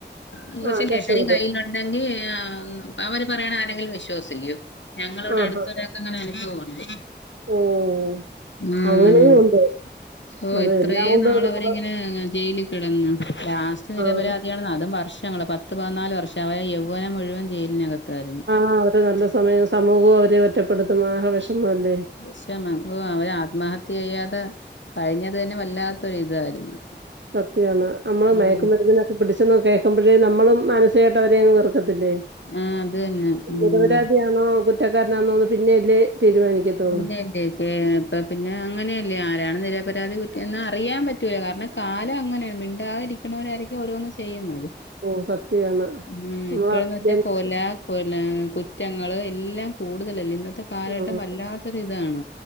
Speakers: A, on the left; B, on the right.
A: എന്ന്
B: ആ
A: വെച്ചാ
B: രക്ഷപ്പെടും
A: ലഹരി കയ്യില ണ്ടെങ്കിൽ അവര് പറയണ ആരെങ്കിലും വിശ്വസിക്കൂ ഞങ്ങളോട്
B: ആ
A: അടുത്തൊര
B: ഹാ
A: അങ്ങനെ എനിക്ക് തോണ <inaudible>
B: ഓ
A: ഉം
B: അങ്ങനെയും ഉണ്ട്.
A: ഓ
B: അത്
A: ഇത്രയേ
B: എല്ലാം കൊണ്ട്
A: ന
B: നമ്മള്
A: ജയിൽ കിടന്ന ലാസ്റ്റ് നിരപരാധിയാണ്
B: ആഹ്
A: അതും വർഷങ്ങളള് പ പത്ത് പതിനാല് വർഷം അവരെ യൗവനം മുഴുവൻ ജയിലിനകത്തായിരുന്നു
B: ആഹ് അവരെ നല്ല സമയം സമൂഹവും അവരെ ഒറ്റപ്പെടുത്തും ആഹ വിഷമ അല്ലേ
A: പക്ഷെ <unintelligible> അവര് ആത്മഹത്യ ചെയ്യാതെ കഴിഞ്ഞത് തന്നെ വല്ലാത്തൊര് ഇതായിരുന്നു
B: സത്യാണ് നമ്മള് മയക്കുമരുന്നിനൊക്കെ
A: ഉം
B: പിടിച്ചെന്ന് കേക്കുമ്പഴേ നമ്മളും മാനസികായിട്ട് അവരങ് വെറു ത്തില്ലേ
A: ആ അത് തന്നെ ഉം
B: നിരപരാധി ആണോ കുറ്റക്കാരനാന്നോന്ന് പിന്നെയല്ലേ തീരുമാനിക്കത്തുള്ളൂ.
A: പിന്നെ അല്ലെ ഏ ഇപ്പ പിന്നെ അങ്ങനെയല്ലേ ആരാണ് നിരപരാതി കുറ്റന്ന് അറിയാം പറ്റൂല കാരണം കാലം അങ്ങനെണ് മിണ്ടാതിരിക്കുന്നവരായിരിക്കും ഓരോന്ന് ചെയ്യുന്നത്
B: ഉം സത്യാണ്
A: ഉം
B: നമ്മള്
A: ഇപ്പഴന്ന് വെച്ചാ
B: വിചാരിക്കും
A: കൊല കൊല കുറ്റങ്ങള് എല്ലാം കൂടുതലല്ലേ ഇന്നത്തെ കാലഘട്ടം
B: ആഹ്
A: വല്ലാ ല്ലാത്തൊരിതാണ്